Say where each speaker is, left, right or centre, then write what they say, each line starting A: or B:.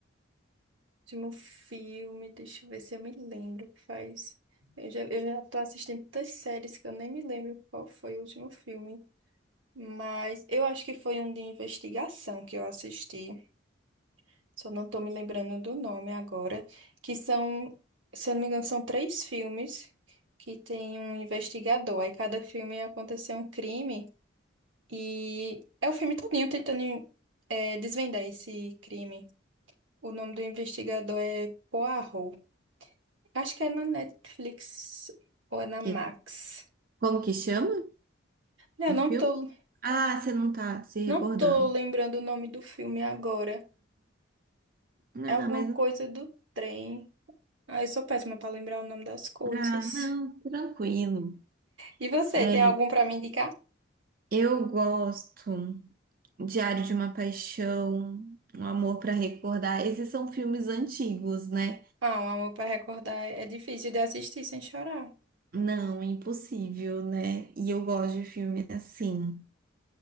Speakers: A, on the right; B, on the right.
A: Último filme, deixa eu ver se eu me lembro que faz. Eu já, eu já tô assistindo tantas séries que eu nem me lembro qual foi o último filme. Mas eu acho que foi um de investigação que eu assisti. Só não tô me lembrando do nome agora. Que são, se eu não me engano, são três filmes que tem um investigador. Aí cada filme aconteceu um crime. E é o filme todinho tentando eh, desvendar esse crime. O nome do investigador é Poirot. Acho que é na Netflix ou é na Max.
B: Que- como que chama
A: Eu
B: o
A: não
B: filme?
A: tô,
B: Ah, você não tá se recordando.
A: não tô lembrando o nome do filme agora.
B: Ah,
A: É alguma
B: mas
A: coisa do trem. Ah, eu sou péssima pra lembrar o nome das coisas.
B: ah, não, tranquilo.
A: E você,
B: É,
A: tem algum pra me indicar?
B: Eu gosto Diário de uma Paixão, Um Amor para Recordar. Esses são filmes antigos, né?
A: Ah, um amor pra recordar é é difícil de assistir sem chorar,
B: Não, impossível, né? E eu gosto de filme assim.